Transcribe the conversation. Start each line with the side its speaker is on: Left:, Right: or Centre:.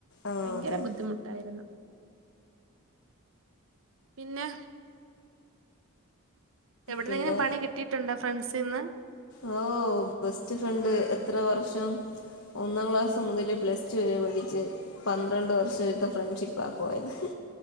Left: ആഹ്
Right: ഭയങ്കര
Left: അതെ
Right: ബുദ്ധിമുട്ടായിര്ന്ന്. പിന്നെ. എവിടുന്നെങ്കിലും
Left: പിന്നെ
Right: പണി കിട്ടിയിട്ടുണ്ടോ ഫ്രണ്ട്സിന്ന്
Left: ഓ ബെസ്റ്റ് ഫ്രണ്ട് ത്ര വർഷം ഒന്നാം ക്ലാസ് മുതല് പ്ലസ് ടു വരെ പഠിച്ച്, പന്ത്രണ്ട് വർഷം എടുത്ത ഫ്രണ്ട്ഷിപ്പാ പോയത്.